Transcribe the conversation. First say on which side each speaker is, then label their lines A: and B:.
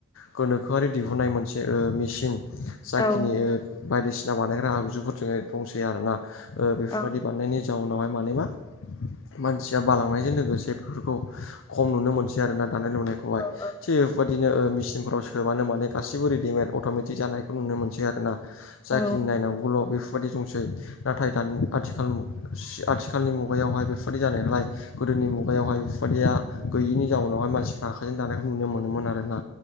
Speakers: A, on the left; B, on the left.
A: गोनोखोआरि दिहुननाय मोनसे मेसिन जाखिनि
B: औ
A: बायदिसिना बानायग्रा आगजुफोर जो दंसै आरोना बेफोरबायदि
B: औ
A: बानायनायनि जाउनावहाय माने मा मानसिया बांलांनायजों लोगोसे बेफोरखौ खम नुनो मोनसै आरोना दानाय लुनायखौहाय
B: औ
A: थिग
B: औ
A: बेफोरबायदिनो मेचिनफ्राव सोबानो माने गासिबो रेडिमेड अट'मेटिक जानायखौ नुनो मोनसै आरोना जाखिनि
B: औ
A: नायनांगौल' बे बेफोरबायदि दंसै नाथाय दानि आथिखाल मु आथिखालनि मुगायावहाय बेफोरबायदि जानायलाय गोदोनि मुगायावहाय बेफोरबादिया गैयिनि जाउनावहाय मानसिफ्रा आखाइजों दानायखौ नुनो मोनोमोन आरोना